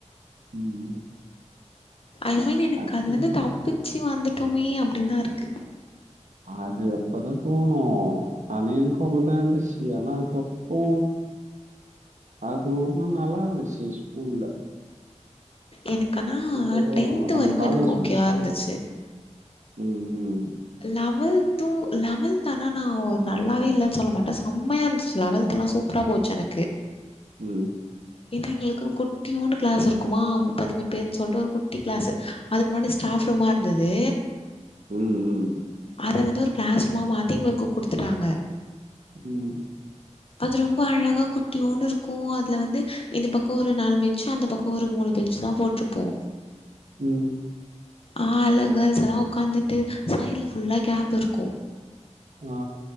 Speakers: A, on the right (about 80°); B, on the left (about 50°).
A: ம்
B: ஐ மீன் எனக்கு
A: அது
B: அதுல இருந்து தப்பிச்சு வந்துட்டோமே அப்டின் தா இருக்கு
A: அது அப்ப தா தோணு ஆனா என்கு அப்படிதா இருந்துச்சு ஆனா அதுக்கப்றோ அது ரொம்ப நல்லா இருந்துச்சு ஸ்கூல்ல
B: எனக்கு ஆனா
A: இப்போ
B: டென்த்
A: நம்ம
B: வரைக்கு
A: காலேஜ்
B: எனக்கு ஓகேவா
A: முடிச்சுட்டு
B: இருந்துச்சு
A: ம் ம்
B: லெவல்த்து லெவல்த் ஆனா நா நல்லாவே இல்லன் சொல்ல மாட்ட சம்மையா இருந்துச்சு லெவல்த் எல்லா சூப் பரா போச்சு எனக்கு
A: ம்
B: ஏன்னா எங்களுக்குன் குட்டியோன்ட்டு கிளாஸ் இருக்குமா பதிமூணு பேருன் சொல்டு ஒரு குட்டி கிளாஸ்சு அதுக் முன்னாடி ஸ்டாப்
A: ம்,
B: ரூமா இருந்தது
A: ம்,
B: அத வந்து ஒரு கிளாஸ் ரூமா மாத்தி எங்களுக்கு குடுத்துட்டாங்க
A: ம்
B: அது ரொம்ப அழகா குட்டியோன்டு இருக்கு அதுல வந்து இந்த பக்கோ ஒரு நாலு பெஞ்சு அந்த பக்க ஒரு மூணு பெஞ்சு தா போட் டுருப்போ
A: ம்
B: ஆ எல்லா கேல்ஸ் எல்லா உட்காந்துட்டு சைடுல ஃபுல்லா கேப் இருக்கு
A: ஆ